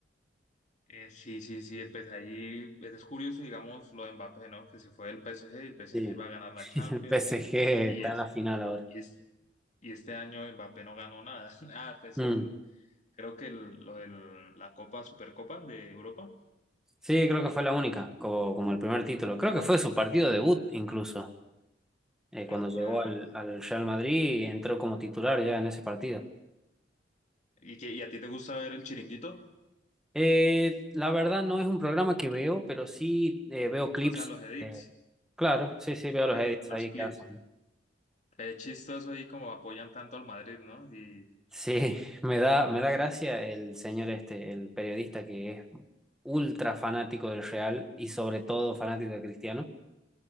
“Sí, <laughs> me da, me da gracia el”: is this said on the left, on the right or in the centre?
Centre